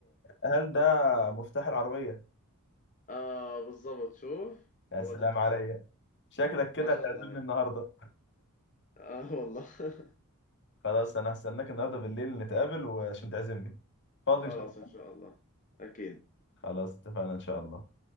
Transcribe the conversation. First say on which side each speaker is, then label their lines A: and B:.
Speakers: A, on the left (about 55°); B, on the left (about 35°).
A: هل ده مفتاح العربية
B: اه بالضبط شوف
A: يا
B: والله
A: سلام
B: جبتها
A: عليا
B: صح
A: شكلك كده
B: ما شاء
A: هتعزمني
B: الله عليك
A: النهاردة
B: اه والله <laughs>
A: خلاص انا هستناك النهاردة بالليل نتقابل وعشان تعزمني فاضي
B: خلاص
A: ان شاء الله
B: إن شاء الله أكيد
A: خلاص اتفقنا ان شاء الله